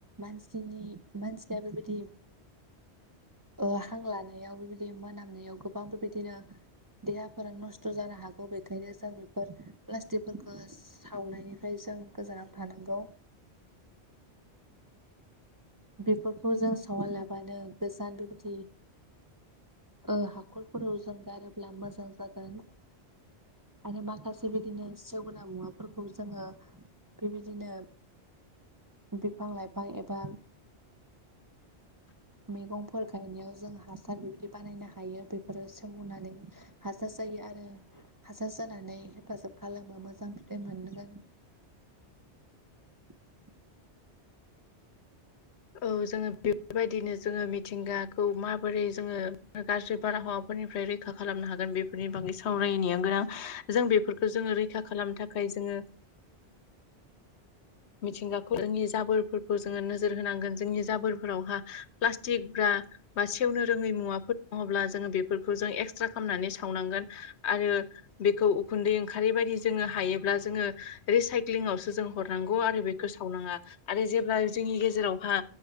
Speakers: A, on the right; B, on the left.
A: मानसिनि मानसिया बेबायदि ओ हां लानायाव बेबिदि मोनामनायाव गोबां बेबायदिनो देहाफोरा नस्थ' जानो हाग गौ बेखायनो जों बेफोर प्लास्टिकफोरखौ सावनायनिफ्राय जों गोजानाव थानांगौ। <inaudible> बेफोरखौ जों सावालाबानो गोजान बेबिदि ओ हाखरफोराव जों गारोब्ला मोजां जागोन। आरो माखासे बिदिनो सेवग्रा मुवाफोरखौ जोङो। बेबायदिनो बिफां लाइफां एबा <inaudible> मैगंफोर गायनायाव जों हासार बेबिदि बानायनो हायो। बेफोरो सेवनानै हासार जायो। आरो हासार जानानै हेफाजाब खालामो मोजां फिथाइ मोनगोन। <inaudible>
B: औ जोङो बेफोरबायदिनो जोङो मिथिंगाखौ माबोरै जोङो गाज्रि बाराहावा फोरनिफ्राय रैखा खालामनो हागोन बेफोरनि बागै सावरायनाया गोनां जों बेफोरखौ जोङो रैखा खालामनो थाखाय जोङो
A: <inaudible>
B: मिथिंगाखौ जोंनि जाबोरफोरखौ जोङो नोजोर होनांगोन जोंनि जाबोरफोरावहा प्लास्टिक बा सेवनो रोङै मुवाफोर दङब्ला जोङो बेफोरखौ जों एक्सट्रा खालामनानै बेखौ उखुन्दै ओंखारारि बायदि जोङो हायोब्ला जोङो रिसाइक्लिंआवसो जों हर नांगौ आरो बेखौ सावनाङा आरो जेब्ला जोंनि गेजेरावहा